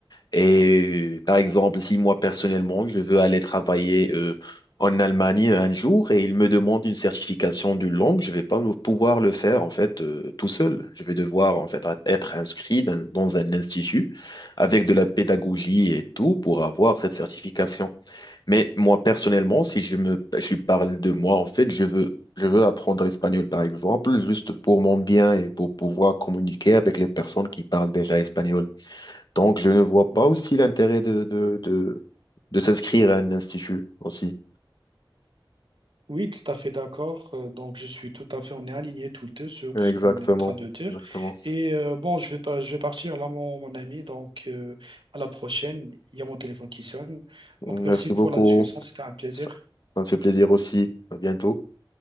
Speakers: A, on the left (about 55°); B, on the right (about 75°).
A: Et euh, par exemple, si moi personnellement, je veux aller travailler euh, en Allemagne un jour et il me demande une certification d'une langue, je vais pas le- pouvoir le faire en fait euh, tout seul. Je vais devoir en fait être inscrit dans, dans un institut avec de la pédagogie et tout pour avoir cette certification. Mais moi personnellement, si je me je parle de moi en fait, je veux Je veux apprendre l'espagnol, par exemple, juste pour mon bien et pour pouvoir communiquer avec les personnes qui parlent déjà espagnol. Donc, je ne vois
B: Oui,
A: pas aussi
B: oui,
A: l'intérêt de, de, de, de s'inscrire à un institut aussi.
B: Oui, tout à fait d'accord. Euh, Donc, je suis tout à fait, on est alignés tous les deux sur
A: Exactement,
B: ce qu'on est en train de dire.
A: exactement.
B: Et euh, bon, je vais pas, je vais partir là, mon, mon ami. Donc, euh, à la prochaine. Il y a mon téléphone qui sonne.
A: Merci
B: Donc, merci pour
A: beaucoup.
B: la discussion. C'était un plaisir.
A: Ça, ça me fait plaisir aussi. À bientôt.